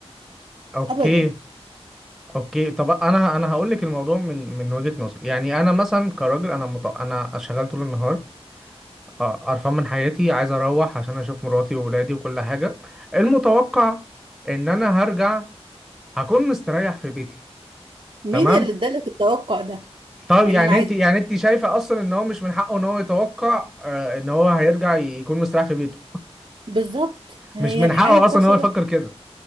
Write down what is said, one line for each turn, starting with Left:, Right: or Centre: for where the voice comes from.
Centre: اوكي
Right: ابدا
Centre: اوكي طب انا انا هقول لك الموضوع من من وجهة نظري يعني انا مثلا كراجل انا مط... انا شغال طول النهار أ- قرفان من حياتي عايز اروح عشان اشوف مراتي واولادي وكل حاجة المتوقع ان انا هرجع هكون مستريح في بيتي
Right: مين
Centre: تمام
Right: اللي ادالك التوقع ده
Centre: طب
Right: يعني
Centre: يعني
Right: انا عايزة
Centre: انت يعني انت شايفة اصلا ان هو مش من حقه ان هو يتوقع آه، ان هو هيرجع يكون مستريح في بيته
Right: بالظبط هي
Centre: مش من
Right: الحياة
Centre: حقه
Right: ما فيهاش
Centre: اصلا ان هو يفكر
Right: راحة
Centre: كده